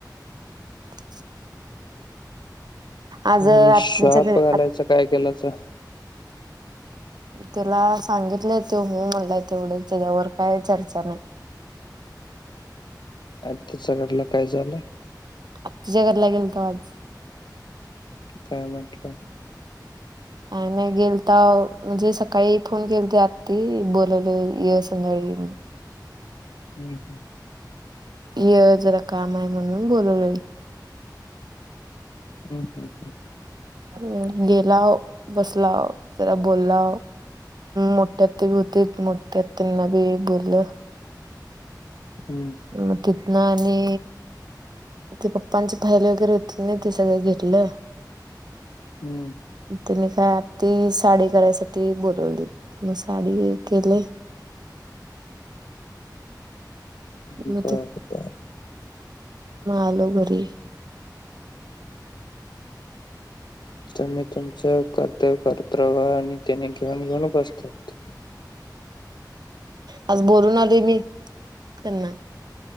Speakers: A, on the right; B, on the left.
A: <inaudible> आज आत्यांच्या
B: नि श्वाप
A: घरी
B: घालायचं काय केलासा?
A: तिला सांगितलंय ते हो म्हणलंय तेवढं, त्याच्यावर काय चर्चा नाही. <inaudible>
B: आत्तीच्या घरला काय झालं?
A: आ तिच्या घरला गेलतो आज.
B: काय म्हटलं?
A: आणि नाही गेलताव, म्हणजे सकाळी फोन केलती आत्ती बोलवले ये संध्याकाळी.
B: हम्म हम्.
A: ये जरा काम आहे म्हणून बोलवले.
B: हम् हम् हम्.
A: अ गेला बसला. जरा बोलला मोठ्या आत्ती होती मोठ्या आत्ती बी बोललं.
B: हम्म.
A: मग तिथन आणि. ते पप्पांचे फाईल वगैरे होते ना ते सगळं घेतलं.
B: हम्!
A: त्यांनी काय आती साडी करायसाठी बोलावली मग साडी केले.
B: हम्म
A: मग
B: बर बर
A: आलो घरी.
B: तम्ही तुमचं कर्तव्य करत राहा आणि त्याने घेऊन घेऊन बसतात.
A: आज बोलून आलोय मी त्यांना.